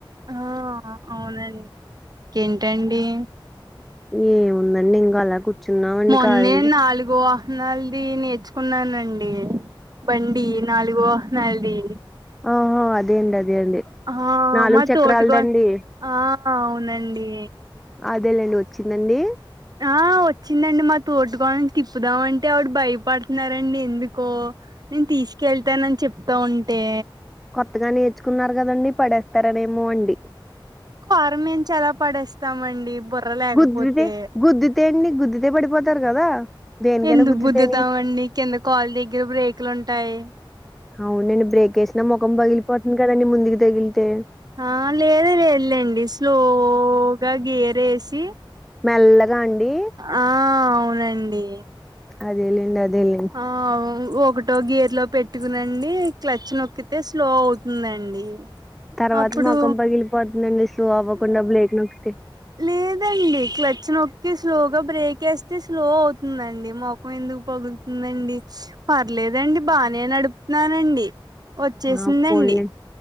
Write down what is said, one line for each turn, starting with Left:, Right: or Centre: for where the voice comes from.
Right: ఆ అవునండి ఇంకేంటండి
Centre: ఏముందండి ఇంకా అలా కూర్చున్నామండి
Right: మొన్నే
Centre: ఖాళీగా
Right: నాలుగో నల్ది నేర్చుకున్నానండి బండి నాలుగో నల్ది
Centre: ఆహ అదే అండి అదే అండి
Right: ఆ
Centre: నాలుగు
Right: మా
Centre: చక్రాలదండి
Right: తోటి కోడలు ఆ అవునండీ
Centre: అదేలేండి వచ్చిందండి
Right: ఆ వచ్చిందండి మా తోటీకోడలు తిప్పుదాంమంటే ఆవిడ భయపడుతున్నారండి ఎందుకో నేను తీసుకెళ్తానని చెప్తా ఉంటే
Centre: కొత్తగా నేర్చుకున్నారు కదండి పడేత్తరనేమోనండి
Right: పారం మించి ఎలా పడేస్తామండి బుర్ర లేకపోతే
Centre: గుద్దితే గుద్దితే అండి గుద్దితే పడిపోతారు కదా దేనికైనా
Right: ఎందుకు
Centre: గుద్దితేని
Right: గుద్దుతాండి కింద కాల్ దగ్గర బ్రేకులు ఉంటాయ్
Centre: అవును లేండి బ్రేక్ వేసినా ముఖం పగిలిపోతుంది కదండి ముందుకు తగిలితే
Right: ఆ లేదులేండి స్లోగా గేర్ వేసి
Centre: మెల్లగా అండి
Right: ఆ అవునండి
Centre: అదేలేండి అదేలేండి
Right: ఆ ఒకటో గేర్లో పెట్టుకునండి క్లచ్ నొక్కితే స్లో అవుతుందండి
Centre: తర్వాత
Right: అప్పుడు
Centre: ముఖం పగిలిపోతుందండి స్లో అవ్వకుండా బ్రేక్ నొక్కితే
Right: లేద్ ఈ క్లచ్ నొక్కి స్లోగా బ్రేక్ వేస్తే స్లో అవుతుందండి మొఖం ఎందుకు పగుల్ ఉందండి పర్లేదండి బానే నడుపుతున్నానండి వచ్చేసిందండి
Centre: ఆ పోన్లే